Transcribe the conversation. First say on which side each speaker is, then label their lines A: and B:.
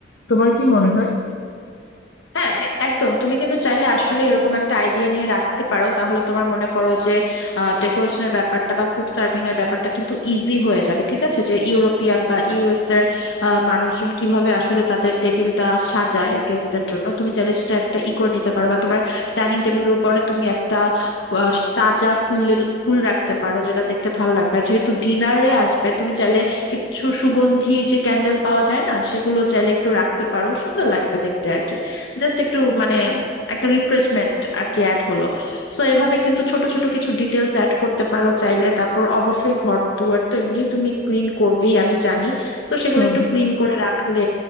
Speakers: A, on the left; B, on the left.
A: তোমার কি মনে হয়
B: হ্যাঁ একদম তুমি কিন্তু চাইলে আসলে এরকম একটা আইডিয়া নিয়ে রাখতে পারো তাহলে তোমার মনে করো যে ডেকোরেশনের ব্যাপারটা বা ফুড সার্ভিং এর ব্যাপারটা কিন্তু ইজি হয়ে যাবে ঠিক আছে যে ইউরোপিয়ান বা ইউএস এর আহ, মানুষজন কিভাবে আসলে তাদের টেবিলটা সাজায় গেস্টদের জন্য তুমি চাইলে সেটা একটা ই করে নিতে পারো বা তোমার ডাইনিং টেবিলের উপরে তুমি একটা আহ, তাজা ফুল ফুল রাখতে পারো যেটা দেখতে ভালো লাগবে আর যেহেতু ডিনারে আসবে তুমি চাইলে কিছু সুগন্ধি যে ক্যান্ডেল পাওয়া যায় না সেগুলো চাইলে একটু রাখতে পারো সুন্দর লাগবে দেখতে আর কি জাস্ট একটু মানে একটা রিফ্রেশমেন্ট আর কি অ্যাড হলো সো এভাবে কিন্তু ছোট ছোট কিছু ডিটেলস অ্যাড করতে পারো চাইলে তারপর অবশ্যই ঘর দুয়ার তো এমনি তুমি ক্লিন করবেই আমি জানি সো সেগুলো
A: হুম,
B: একটু ক্লিন করে রাখলে